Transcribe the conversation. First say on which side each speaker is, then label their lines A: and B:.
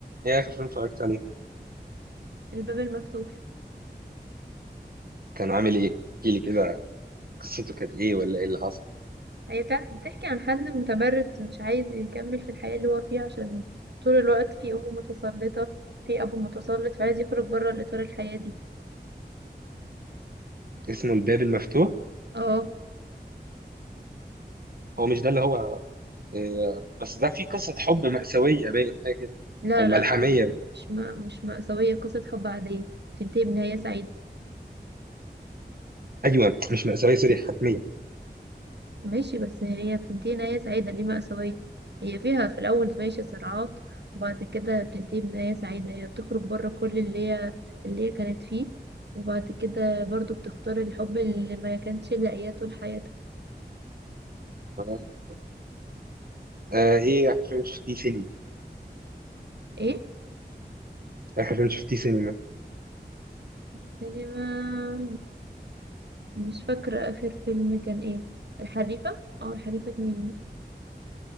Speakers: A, on the right; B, on the right.
A: ايه اخر فيلم اتفرجت عليه
B: الباب المفتوح
A: كان عامل ايه احكي لي كده قصته كانت ايه ولا ايه اللي حصل
B: هي بتاعت بتحكي عن حد متمرد مش عايز يكمل في الحياة اللي هو فيها عشان طول الوقت في أم متسلطة في أبو متسلط فعايز يخرج بره الإطار الحياة دي
A: اسمه الباب المفتوح
B: اه
A: هو مش ده اللي هو إيه بس ده فيه قصة حب مأساوية باين حاجة كده
B: لا
A: او ملحمية
B: لا مش ما مش مأساوية قصة حب عادية بتنتهي بنهاية سعيدة
A: ايوه مش مأساوية سوري حتمية
B: ماشي بس هي بتنتهي نهاية سعيدة ليه مأساوية هي فيها في الأول ماشي صراعات وبعد كده بتنتهي بنهاية سعيدة هي بتخرج بره كل اللي هي اللي هي كانت فيه وبعد كده برضو بتختار الحب اللي ما كانش لاقياه طول حياتها
A: آه آه، ايه اخر فيلم شفتيه سينما
B: ايه
A: اخر فيلم شفتيه سينما
B: السينما مش فاكرة آخر فيلم كان ايه الحريفة او الحريفة اتنين